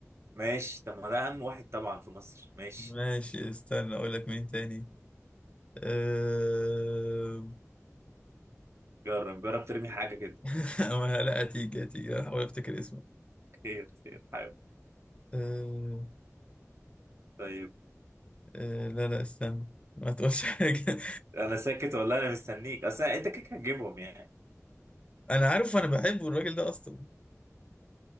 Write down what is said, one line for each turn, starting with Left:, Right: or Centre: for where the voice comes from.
Right: ماشي طب ما ده اهم واحد طبعا في مصر ماشي
Left: ماشي استنى اقول لك مين تاني آه...
Right: جرب جرب ترمي حاجة كده
Left: <laughs> أنا- لا هتيجي هتيجي هحاول افتكر اسمه
Right: خير خير حاول
Left: آه...
Right: طيب
Left: آه... لا لا استنى ما تقولش حاجة
Right: أنا ساكت ولا أنا مستنيك أصل أنت كده هتجيبهم يعني
Left: <laughs> أنا عارف أنا بحبه الراجل ده أصلا